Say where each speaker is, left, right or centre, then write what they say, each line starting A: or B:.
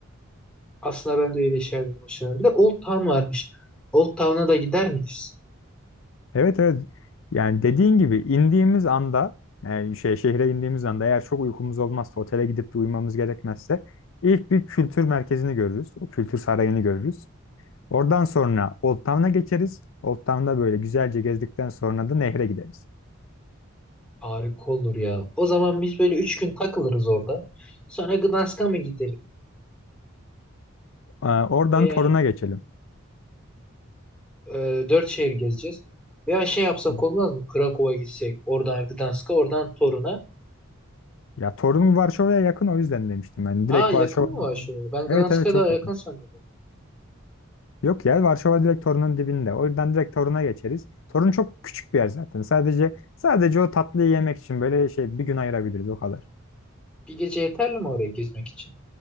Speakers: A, in the centre; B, on the left.
A: Aslında ben de öyle şeyler hoşlanırım. Bir de Old Town varmış. Old Town'a da gider miyiz?
B: Evet evet. Yani dediğin gibi indiğimiz anda yani şey şehre indiğimiz anda eğer çok uykumuz olmazsa otele gidip de uyumamız gerekmezse ilk bir kültür merkezini görürüz. O kültür sarayını görürüz. Oradan sonra Old Town'a geçeriz. Old Town'da böyle güzelce gezdikten sonra da nehre gideriz.
A: Harika olur ya. O zaman biz böyle üç gün takılırız orada. Sonra Gdansk'a mı gidelim?
B: Ee, oradan
A: Veya
B: Torun'a geçelim.
A: e, dört şehir gezeceğiz. Veya şey yapsak
B: Hı hı.
A: olmaz mı? Krakow'a gitsek. Oradan Gdansk'a, oradan Torun'a.
B: Ya Torun Varşova'ya yakın o yüzden demiştim ben.
A: Aa
B: Direkt
A: yakın
B: Varşova'dan
A: mı var
B: Torun.
A: şu? Ben Gdansk'a
B: Evet evet çok
A: daha yakın
B: yakın.
A: sanıyordum.
B: Yok ya Varşova direkt Torun'un dibinde. O yüzden direkt Torun'a geçeriz. Torun çok küçük bir yer zaten. Sadece sadece o tatlıyı yemek için böyle şey bir gün ayırabiliriz o kadar.
A: Bir gece yeterli mi oraya gezmek için?